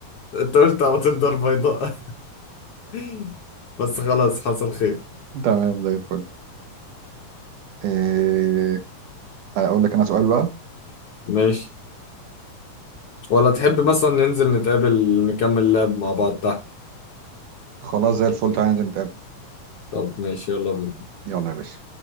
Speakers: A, on the left; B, on the right.
A: انت قلت على طول دار بيضاء <laughs> بس خلاص حصل خير
B: تمام زي الفل إيه، اقول لك انا سؤال بقى
A: ماشي ولا تحب مثلا ننزل نتقابل نكمل لعب مع بعض تحت
B: خلاص زي الفل تعالى ننزل نتقابل
A: طب ماشي يلا بينا
B: يلا يا باشا